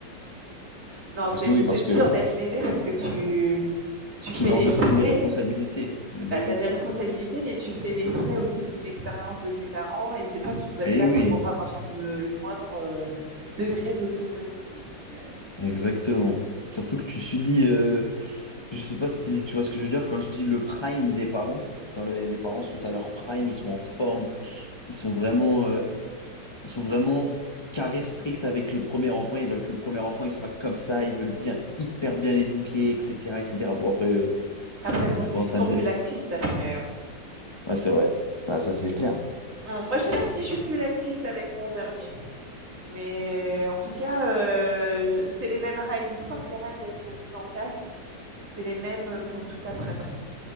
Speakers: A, on the right; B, on the left.
A: Non, c'est
B: Parce que oui,
A: c'est
B: parce
A: dur
B: que
A: d'être l'aînée parce que tu tu
B: tu
A: fais
B: dois
A: des
B: endosser
A: frais
B: les responsabilités. Eh Ben
A: bah, tu
B: oui.
A: as des responsabilités, mais tu fais les frais aussi de l'inexpérience de tes parents et c'est toi qui dois
B: Eh
A: te battre
B: oui.
A: pour avoir de- le moindre euh, degré d'autonomie. Donc, euh,
B: Exactement. Surtout que tu subis, euh, je sais pas si tu vois ce que je veux dire quand je dis le prime des parents. Quand les, les parents sont à leur prime, ils sont en forme, ils sont vraiment, euh, ils sont vraiment carrés strict avec le premier enfant. Ils veulent que le premier enfant il soit comme ça, ils veulent bien hyper bien l'éduquer, etc., etc. Bon après, euh,
A: Après, ils sont,
B: je
A: plus,
B: suis pas en train
A: ils sont
B: de
A: plus
B: dire.
A: laxistes après. hein.
B: Ouais, c'est vrai. Ouais, ça c'est clair.
A: Bon, moi, je sais pas si je suis plus laxiste avec mon dernier, mais en tout cas, euh, c'est les mêmes règles. Une fois que les règles elles sont mises en place, c'est les mêmes pour toute la fratrie.